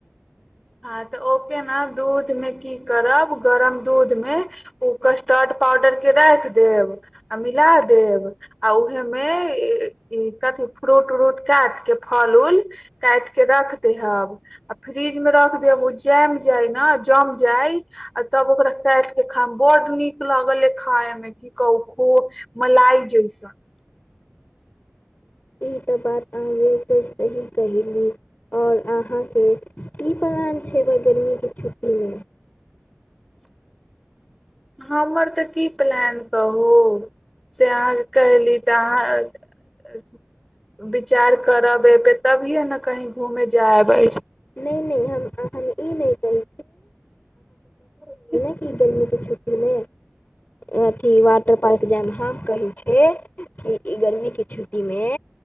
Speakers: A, in the centre; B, on the left.
A: हँ तऽ ओके ने दूधमे की करब गरम दूधमे ओ कस्टर्ड पाउडरके राखि देब आ मिला देब आ उहेमे ई कथी फ्रूट उ्रूट काटिके फल उल काटििके रख देहब आ फ्रीजमे रख जब ओ जम जाय ने जम जाय आ तब ओकरा काट के खाय बड नीक लगल खाय मे की कहू खो मलाई जैस
B: ई तऽ बात आगे तऽ सही कहैली आओर अहाँके की प्लान छै एहि बार गर्मीके छुट्टीमे
A: हमर तऽ की प्लान कहू से अहाँके कहयली तऽ अहाँ विचार करब एहिपर तभिए ने कहीँ घूमेय जा अबै
B: नहि नहि हम हम ई नहि कहै
A: ह
B: ई गर्मी के छुट्टी मे अथी वाटर पार्क जाइमे हम कहै छिय कि ई गर्मीके छुट्टीमे